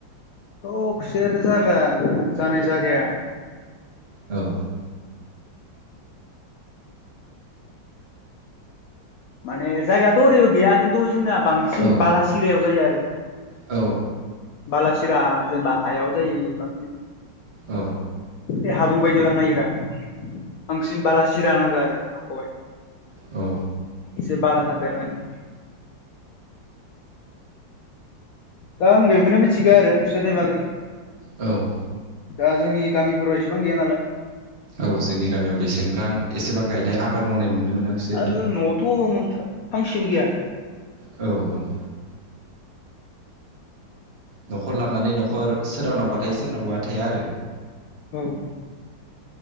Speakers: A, on the left; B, on the right.
A: आव खुसेर जागा जानाय जागाया
B: औ
A: माने जायगायाथ' ओरैबो गैया खिन्थु जोंना बांसिन
B: औ
A: बालासिरायाव जायो आरो
B: औ
A: बालासिरा जेनेबा हायाव जायो बांसिन
B: औ
A: ए हाब्रु बायदियाव जानो नायगिरा बांसिन बालासिरा नांगौ आरो हाखौहाय
B: औ
A: एसे बाला थादेरनाय दा आं बेखौनो मिथिगो आरो खुसेरनि बागै
B: औ
A: दा जोंनि गामिफोराव एसेबां गैया नालाय।
B: औ जोंनि गामियाव बेसेंफ्रां एसेबां गायनाय आबाद मावनाय नुनो मोना खुसेरनि
A: आरो न'आवथ' फांसेबो गैया
B: औ औ न'खर लानानै न'खर सोरनावबा थायो सोरनावबा थाया आरो
A: औ